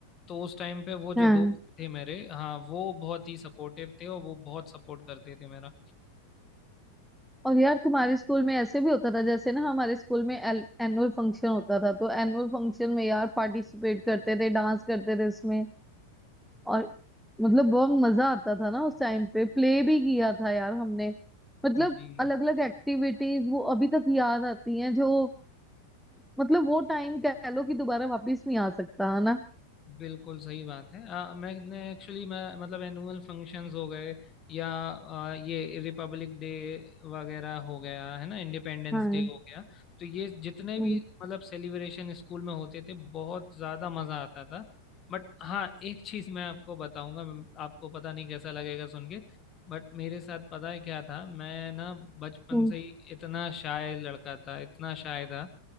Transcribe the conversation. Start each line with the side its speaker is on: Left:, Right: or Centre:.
Left: तो उस टाइम पे वो जो
Centre: हाँ
Left: दोस्त थे मेरे हाँ वो बहुत ही सपोर्टिव थे और वो बहुत सपोर्ट करते थे मेरा
Centre: और यार तुम्हारे स्कूल में ऐसे भी होता था जैसे ना हमारे स्कूल में एल एनुअल फंक्शन होता था तो एनुअल फंक्शन में यार पार्टिसिपेट करते थे डांस करते थे उसमें और मतलब बहुत मजा आता था ना उस टाइम पे प्ले भी किया था यार हमने मतलब
Left: जी
Centre: अलग अलग एक्टिविटीज वो अभी तक याद आती हैं जो मतलब वो टाइम कह लो कि दोबारा वापस नहीं आ सकता है ना
Left: बिल्कुल सही बात है आ, मैंने एक्चुअली मैं मतलब एनुअल फंक्शंस हो गए या आ, ये रिपब्लिक डे वगैरह हो गया है ना इंडिपेंडेंस
Centre: हाँ
Left: डे हो गया तो ये जितने भी
Centre: हम्म
Left: मतलब सेलिब्रेशन स्कूल में होते थे बहुत ज़्यादा मज़ा आता था बट हाँ एक चीज़ मैं आपको बताऊंगा मैं- आपको पता नहीं कैसा लगेगा सुन के बट मेरे साथ पता है क्या था मैं ना बचपन
Centre: हम्म,
Left: से ही इतना शाय लड़का था इतना शाय था